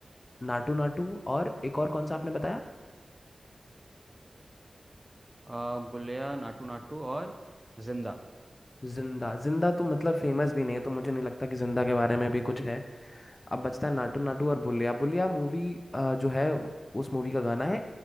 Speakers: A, on the left; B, on the right.
A: नाटू नाटू और एक और कौन सा आपने बताया
B: अ, बुलेया नाटू नाटू और जिंदा
A: जिंदा जिंदा तो मतलब फेमस भी नहीं है तो मुझे नहीं लगता कि जिंदा के बारे में भी कुछ है अब बचता है नाटू नाटू और बुलिया बुलिया मूवी जो है उस मूवी का गाना है